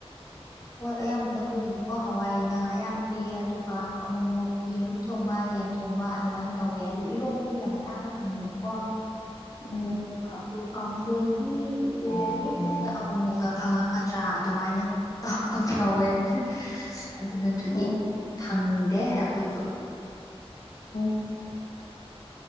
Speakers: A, on the left; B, on the left.
A: ꯍꯣꯏ ꯑꯌꯥꯝꯕ ꯅꯈꯣꯏꯒꯤꯗꯤꯀꯣ ꯍꯋꯥꯏꯅ ꯑꯌꯥꯝꯕ ꯄꯤꯌꯦ ꯑꯗꯨꯒ ꯑꯃꯨꯛ ꯑꯃꯨꯛ ꯌꯦꯨꯝ ꯊꯣꯡꯕ ꯌꯦꯟ ꯊꯣꯡꯕ ꯑꯗꯨꯃꯥꯏꯅ ꯇꯧꯋꯦ ꯑꯗꯨ ꯏꯔꯣꯝꯕꯗꯤ ꯌꯥꯝ ꯇꯥꯡꯅ ꯐꯪꯉꯦꯕꯀꯣ
B: ꯑꯣ
A: ꯑꯗꯨ ꯀꯥꯡꯥꯡꯐꯣꯏꯗꯤ ꯀꯨꯏꯗꯕꯒꯤ ꯑꯃꯨꯛ ꯃꯨꯛꯀ ꯐꯪꯉꯛꯀꯗ꯭ꯔꯥ ꯑꯗꯨꯃꯥꯏꯅ ꯇꯧ ꯇꯧꯋꯦꯅꯁꯦ ꯑꯗꯨ ꯅꯠꯇ꯭ꯔꯗꯤ
B: ꯑꯣ
A: ꯈꯪꯗꯦ ꯑꯩꯈꯣꯏꯁꯨ
B: ꯎꯝ